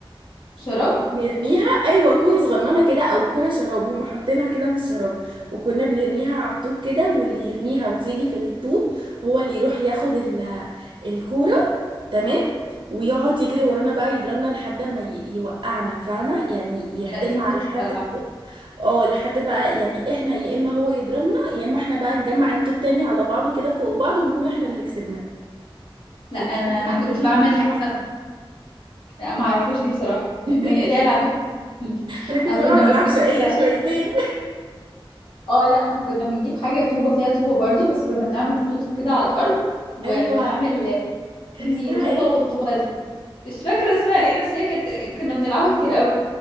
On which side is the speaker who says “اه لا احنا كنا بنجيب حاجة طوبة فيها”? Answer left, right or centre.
Left